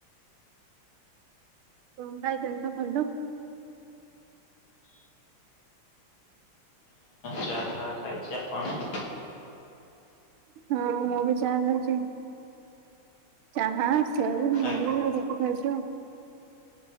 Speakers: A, on the right (about 80°); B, on the left (about 75°).
A: ହୁଁ <inaudible> <unintelligible>
B: ଚାହା ଖାଇଛି ଆପଣ?
A: ହଁ ମୁଁ ବି ଚାହା ଖାଉଛି ଚାହା <unintelligible>
B: ଆ